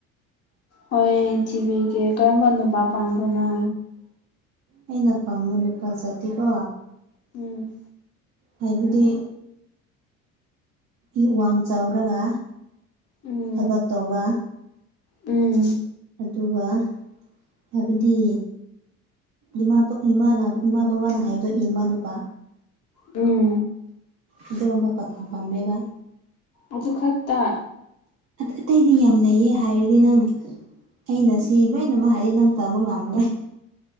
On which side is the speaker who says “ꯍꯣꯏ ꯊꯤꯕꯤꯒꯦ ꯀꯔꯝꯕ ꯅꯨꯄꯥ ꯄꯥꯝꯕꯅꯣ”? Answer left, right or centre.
Left